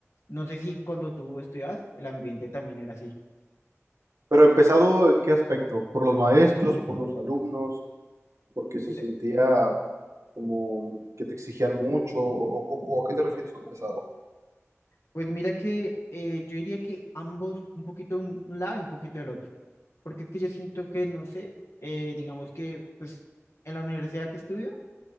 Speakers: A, on the left (about 65°); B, on the right (about 80°).
A: No sé si cuando tú estudiabas el ambiente también era así.
B: Pero empezado en qué aspecto? ¿Por los maestros? ¿Por los alumnos? porque se
A: Mira,
B: sentía como que te exigían mucho, o, o- o a qué te refieres con pesado.
A: pues mira que eh, yo diría que ambos, un poquito de un un lado y un poquito del otro, porque es que yo siento que, no sé, eh, digamos que pues en la universidad que estudio,